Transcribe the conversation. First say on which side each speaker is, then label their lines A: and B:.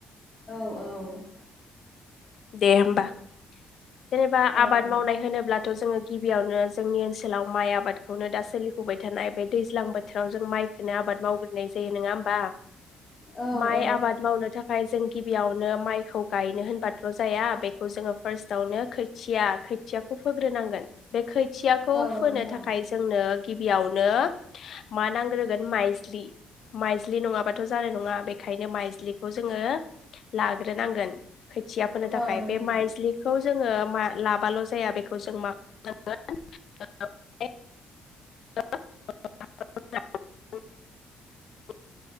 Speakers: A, on the left (about 35°); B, on the left (about 65°).
A: औ औ
B: दे होमबा जेनेबा
A: औ
B: आबाद
A: नोंथां
B: मावनाय होनोब्लाथ' जोङो गिबियावनो जोंनि ओनसोलाव माइ आबाद खौनो दा सोलिफुबाय थानाय बे दैज्लां बोथ थ' जों माइखौनो आबाद मावग्रोनाय जायो नोङा होमबा?
A: औ
B: माइ
A: औ
B: आबाद मावनो थाखाय जों गिबियावनो माइखौ गायनो होनबाथ' जाया बेखौ जोङो फार्स्ट आवनो खोथिया खोथियाखौ फोग्रोनांगोन बे खोथ थियाखौ
A: औ
B: फोनो
A: नोंथां
B: थाखाय जोंनो गिबियावनो मा नांग्रोगोन माइज्लि माइज्लि नङाबाथ' जानाय नङा बेखायनो माइज्लिखौ जोङो लाग्रोनांगोन खोथिया फोनो थाखाय
A: औ नोंथां
B: बे माइज्लि
A: औ
B: जोङो मा लाबाल' जाया बेखौ जों मा खामनांगोन ओ माने ओ <unintelligible>